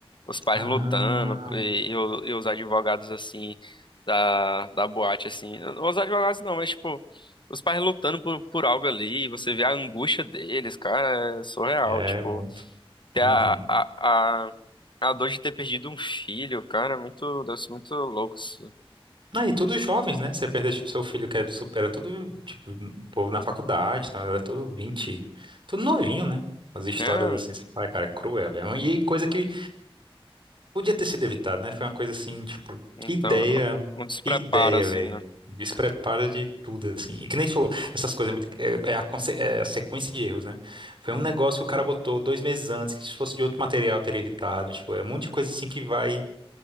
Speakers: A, on the left; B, on the right.
A: os pais
B: Ah,
A: lutando e, e o- e os advogados assim da, da boate assim, os advogados não, mas tipo, os pais lutando por, por algo ali, você vê a angústia deles, cara, é surreal,
B: é
A: tipo,
B: muito.
A: ter
B: Uhum.
A: a, a, a, a dor de ter perdido um filho, cara, é muito, deve ser muito louco isso,
B: Não, e todos jovens, né? Você pensa, tipo, seu filho que é super, era tudo, tipo, o povo na faculdade, então era tudo 20 tudo novinho, né? As histórias
A: né?
B: assim, você fala, cara, é cruel, velho. E coisa que podia ter sido evitada, né? Foi uma coisa assim, tipo,
A: Então,
B: que ideia,
A: é um despreparo
B: que ideia,
A: assim,
B: velho.
A: né?
B: Despreparo de tudo, assim. E que nem falou, essas coisas, é muito- é, é a, conse- é a sequência de erros, né? Foi um negócio que o cara botou dois meses antes, que se fosse de outro material teria evitado, tipo, é um monte de coisa assim que vai